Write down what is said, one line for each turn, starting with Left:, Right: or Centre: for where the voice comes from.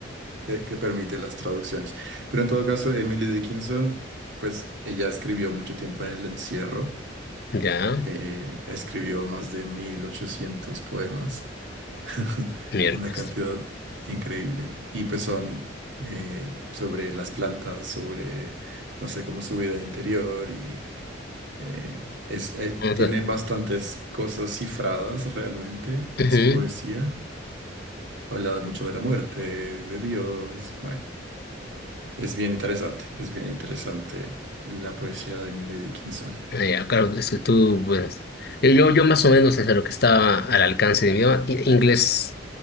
Right: de- que permite las traducciones. Pero en todo caso, Emily Dickinson, pues ella escribió mucho tiempo en el encierro,
Left: ya,
Right: eh, escribió más de 1800 poemas. <laughs>
Left: miércoles.
Right: Una cantidad increíble. Y pues son eh, sobre las plantas, sobre, no sé, cómo su vida interior y eh, es, eh,
Left: Vamos
Right: tiene
Left: a,
Right: bastantes cosas cifradas realmente
Left: ujú,
Right: en su poesía. Habla mucho de la muerte, de Dios. Bueno, es bien interesante, es bien interesante la poesía de Emily Dickinson.
Left: Eh, Ya, claro, es que tú, pues, yo, yo yo más o menos desde lo que estaba al alcance de mi idioma, i- inglés